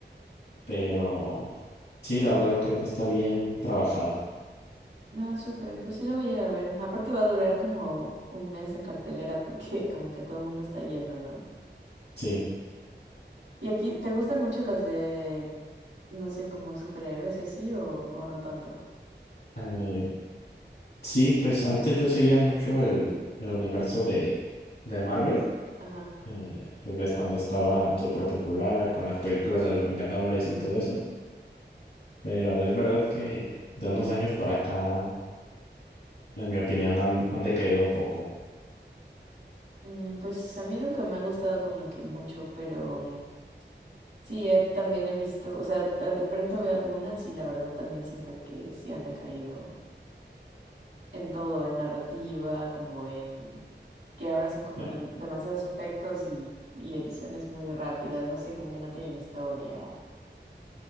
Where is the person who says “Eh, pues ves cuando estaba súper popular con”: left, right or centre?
Left